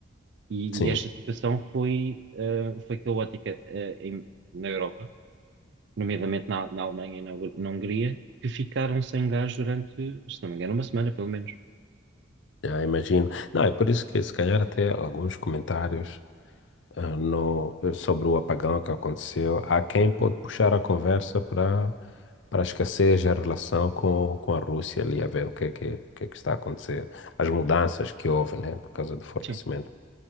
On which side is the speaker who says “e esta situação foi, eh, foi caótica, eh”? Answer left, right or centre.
Right